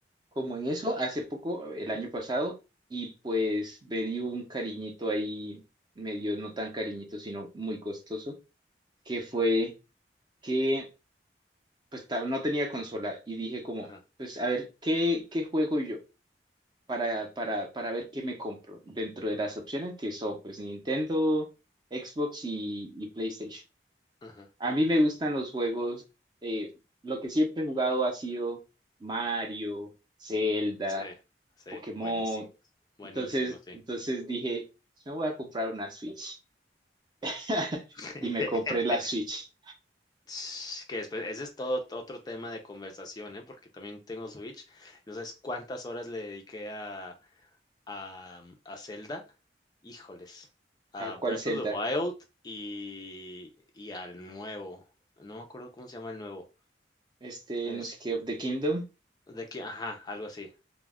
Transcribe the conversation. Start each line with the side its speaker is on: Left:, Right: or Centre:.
Right: como en eso hace poco, el año pasado, y pues me di un cariñito ahí, medio no tan cariñito, sino muy costoso, que fue que pues ta- no tenía consola y dije como,
Left: Ajá,
Right: pues a ver, ¿qué, qué juego yo para, para, para ver qué me compro dentro de las opciones que son pues Nintendo, Xbox y, y PlayStation?
Left: ajá.
Right: A mí me gustan los juegos, eh, lo que siempre he jugado ha sido Mario, Zelda,
Left: Sí, sí,
Right: Pokémon.
Left: buenísimo. Buenísimo,
Right: Entonces,
Left: sí.
Right: entonces dije, me voy a comprar una Switch. <laughs>
Left: <laughs>
Right: Y me compré la Switch.
Left: Sh, Que después, ese es todo to- otro tema de conversación, ¿eh? Porque también tengo Switch. No sabes cuántas horas le dediqué a, A, mm, a Zelda, híjoles, a
Right: ¿A cuál
Left: Breath
Right: Zelda?
Left: of the Wild y y al nuevo, no me acuerdo cómo se llama el nuevo,
Right: Este,
Left: es
Right: no sé qué, of the Kingdom.
Left: de que ajá, algo así.